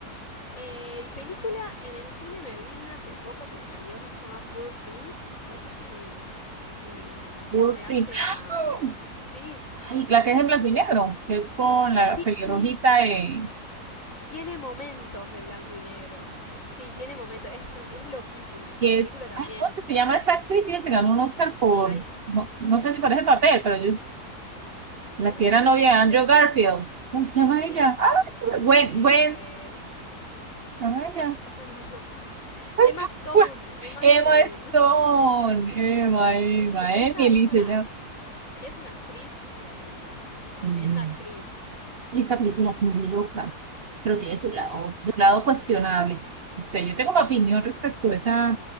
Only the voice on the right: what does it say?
Wall
Street.
<gasps>
Ay, la que es en blanco y negro, que es con la
pelirrojita
de,
que
es,
ay, ¿cómo es que se llama esa actriz? y se ganó un Oscar por,
no, no
sé si
parece
papel,
pero yo, la
que
era novia
de Andrew Garfield. ¿Cómo se llama
ella? Ah, es- Gwen,
Gwen, ¿cómo ¿se llama ella?
Pues
<laughs>
fue
Emma
Stone,
Emma, Emma,
Emily
se llama.
Sí.
Y esa película es muy loca. Creo que tiene su lado,
su lado cuestionable. O sea, yo tengo una opinión respecto a esa,